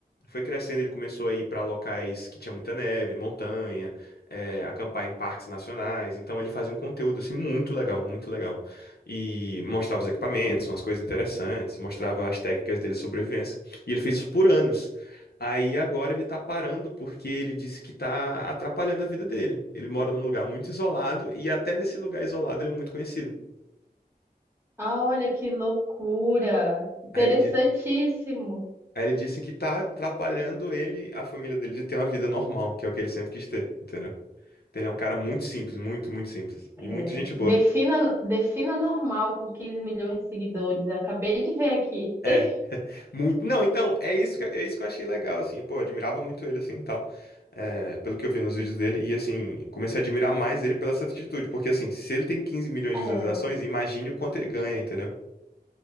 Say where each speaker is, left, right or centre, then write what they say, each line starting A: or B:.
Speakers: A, on the left; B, on the right.
A: foi crescendo, ele começou a ir pra locais que tinha muita neve, montanha, é, acampar em parques nacionais. Então ele fazia um conteúdo assim muito legal, muito legal. E mostrava os equipamentos, umas coisas interessantes, mostrava as técnicas dele de sobrevivência. E ele fez isso por anos. Aí agora ele tá parando porque ele disse que tá atrapalhando a vida dele. Ele mora num lugar muito isolado e até nesse lugar isolado ele é muito conhecido.
B: Ah, olha que loucura. Interessantíssimo.
A: Aí ele, di- Aí ele disse que tá atrapalhando ele, a família dele, de ter uma vida normal, que é o que ele sempre quis ter, entendeu? Então ele é um cara muito simples, muito, muito simples. E
B: É,
A: muito gente boa.
B: defina, defina normal com 15 milhões de seguidores. Eu acabei de ver aqui.
A: É,
B: <laughs>
A: muito. Não, então, é isso que, é isso que eu achei legal, assim. Pô, eu admirava muito ele, assim, e tal. É, pelo que eu vi nos vídeos dele. E, assim, comecei a admirar mais ele pela essa atitude. Porque, assim, se ele tem 15 milhões
B: É,
A: de visualizações, imagine o quanto ele ganha, entendeu?